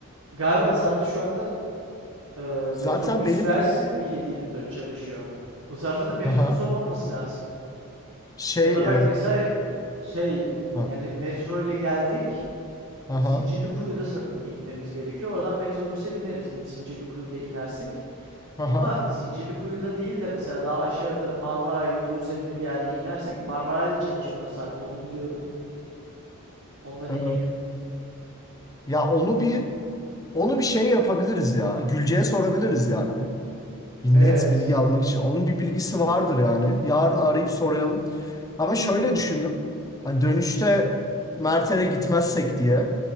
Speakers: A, on the right; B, on the left.
A: galiba sadece şu anda e,
B: Zaten
A: metrobüsler
B: benim
A: sı- 7-24 çalışıyor. Bu tarafa da metrobüs
B: aha
A: olmaması lazım.
B: şey
A: Ya da bak
B: e,
A: mesela şey
B: ha
A: yani metro ile geldik. Zincirlikuyu'da
B: aha
A: sanırım inmemiz gerekiyor. Oradan metrobüse bineriz. Zincirlikuyu'da inersek. Ama
B: aha
A: Zincirlikuyu'da değil de mesela daha aşağıda Marmara yolu üzerinde bir yerde inersek Marmara'da çalışmıyor o saatte. Onu biliyorum. Ondan
B: e,
A: eminim.
B: ya onu bir onu bir şey yapabiliriz ya. Gülce'ye sorabiliriz yani. Bir
A: Evet.
B: net bilgi almak için. Onun bir bilgisi vardır yani. Yarın arayıp soralım. Ama şöyle düşündüm. Hani dönüşte Mert'e gitmezsek diye.